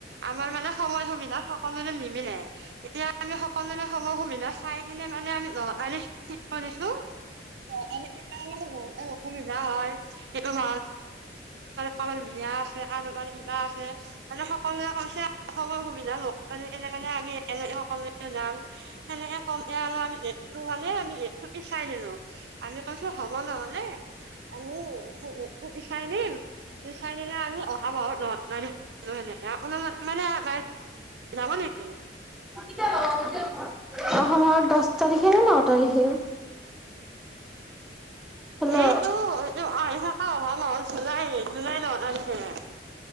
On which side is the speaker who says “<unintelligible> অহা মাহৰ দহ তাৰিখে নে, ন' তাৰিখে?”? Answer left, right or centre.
Centre